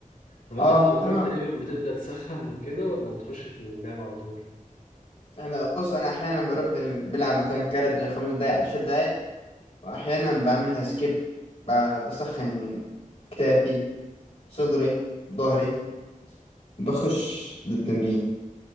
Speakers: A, on the left; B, on the left.
A: طب انت
B: اه
A: لما
B: تمام
A: بتروح تقريبا بتبدأ تسخن وكده ولا بتخش في اللعب على طول
B: هلا بص انا احيانا بروح لل... بلعب مثلا كارديو خمس دقايق عشر دقايق واحيانا بعملها سكيب ب... بسخن كتافي صدري ظهري بخش للتمرين